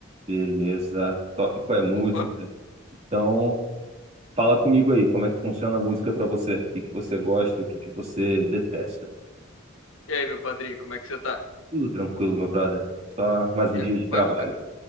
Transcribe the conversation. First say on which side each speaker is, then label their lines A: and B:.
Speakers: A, on the right; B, on the left.
A: Beleza. Tópico é música.
B: Opa,
A: Então, fala comigo aí, como é que funciona a música pra você? O que que você gosta, o que que você detesta?
B: e aí, meu padrinho, como é que você tá?
A: Tudo tranquilo, meu brother. Só mais um
B: É,
A: dia de trabalho.
B: Vai ficar,